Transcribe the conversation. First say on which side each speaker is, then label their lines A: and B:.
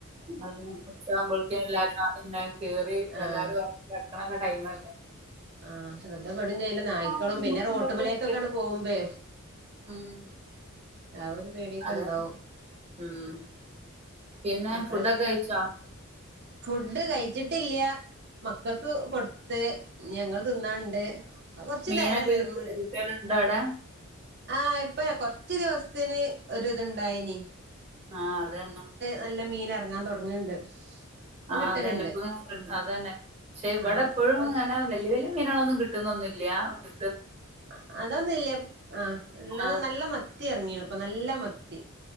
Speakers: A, on the right (about 30°); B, on the right (about 55°).
A: <unintelligible> ഉച്ചയാവുമ്പൊള്ക്കും എല്ലാരും <unintelligible> കേറി
B: ആഹ്
A: എല്ലാരും കെടക്ക്ണൊക്ക ടൈമൽ
B: ആഹ് ശ്രദ്ധ പെടും ചെയ്യൂലാ. നായ്ക്കളും
A: ബുദ്ധിമുട്ടുണ്ടൊക്കെ
B: പിന്നെ റോട്ടുമലേക്കൊക്കാണ്ട്
A: ഉണ്ട്
B: പോകുമ്പേ
A: ഉം
B: ആ ഒരു പേടിയൊക്കെ
A: അതെ
B: ഇണ്ടാവും.
A: ഉം പിന്നെ
B: മക്കൾ
A: ഫുഡൊക്കെ
B: <unintelligible>
A: കഴിച്ചോ
B: ഫുഡ് കഴി ച്ചിട്ടില്ല. മക്കൾക്ക് കൊടുത്ത് ഇഞങ്ങൾ തി ന്നാൻണ്ട്. അത് കൊറച്ച്
A: മീനൊക്കെ
B: നേരം വൈകും.
A: കിട്ടി കിട്ടലുണ്ടോ അവിടെ
B: ആ ഇപ്പെ കൊർ ഒത്തിരി ദിവസത്തിന് ഒരുതുണ്ടായിനി.
A: ആഹ് അതന്നാ
B: നല്ല മീന് എറങ്ങാൻ തുടങ്ങണ്ട് ഇപ്പൊ
A: ആഹ്
B: കിട്ടലുണ്ട്
A: അതന്നെ ഇപ്പ <unintelligible>
B: ഉം
A: അത് തന്നെ പക്ഷെ ഇവിടെ
B: ആഹ്
A: ഇപ്പോഴും
B: അപ്പ
A: ഇങ്ങനെ വല്ല്യ വല്ല്യ ങ്ങനേളൊന്നും കിട്ടുന്നൊന്നൂല്ല്യാ ഒക്കെ
B: ആഹ് അതൊന്നുംല്ല്യാ ആ ഇള്ളത്
A: ആ
B: നല്ല മത്തി ഇറങ്ങീണ് പ്പം നല്ല മത്തി